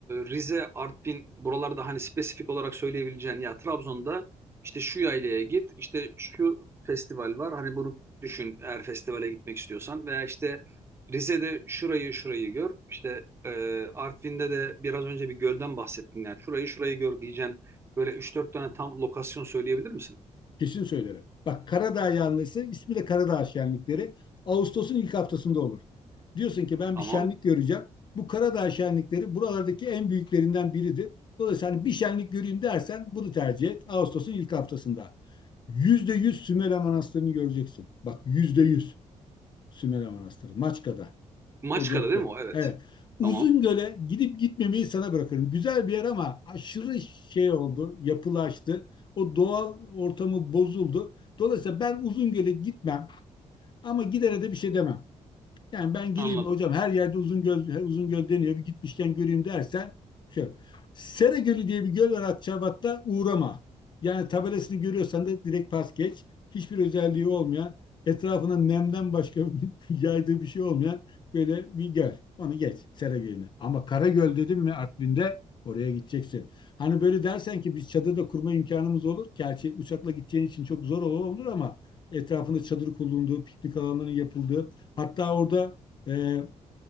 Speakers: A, on the right; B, on the left.
A: Rize, Artvin buralarda hani spesifik olarak söyleyebileceğin ya Trabzon'da işte şu yaylaya git, işte şu festival var. Hani bunu düşün eğer festivale gitmek istiyorsan veya işte Rize'de şurayı şurayı gör. İşte e, Artvin'de de biraz önce bir gölden bahsettin yani. Şurayı şurayı gör diyeceğin böyle üç dört tane tam lokasyon söyleyebilir misin?
B: Kesin söylerim. Bak Karadağ yanlısı ismi de Karadağ şenlikleri Ağustos'un ilk haftasında olur. Diyorsun ki ben
A: Tamam.
B: bir şenlik göreceğim. Bu Karadağ şenlikleri buralardaki en büyüklerinden biridir. Dolayısıyla hani bir şenlik göreyim dersen bunu tercih et. Ağustos'un ilk haftasında. Yüzde yüz Sümela Manastırı'nı göreceksin. Bak yüzde yüz Sümela Manastırı. Maçka'da.
A: Maçka'da
B: O cepte.
A: değil mi o? Evet.
B: Evet. Uzungöl'e
A: Tamam.
B: gidip gitmemeyi sana bırakırım. Güzel bir yer ama aşırı şey oldu, yapılaştı. O doğal ortamı bozuldu. Dolayısıyla ben Uzungöl'e gitmem ama gidere de bir şey demem. Yani ben gireyim
A: Anladım.
B: hocam her yerde uzun göl, her uzun göl deniyor. Bir gitmişken göreyim dersen şöyle. Sera Gölü diye bir göl var Akçabat'ta uğrama. Yani tabelasını görüyorsan da direkt pas geç. Hiçbir özelliği olmayan, etrafına nemden başka <laughs> yaydığı bir şey olmayan böyle bir göl. Onu geç Sera Gölü'nü. Ama Karagöl dedim mi Artvin'de oraya gideceksin. Hani böyle dersen ki biz çadır da kurma imkanımız olur. Gerçi uçakla gideceğin için çok zor olur ama etrafında çadır kurulduğu, piknik alanlarının yapıldığı Hatta orada e, e,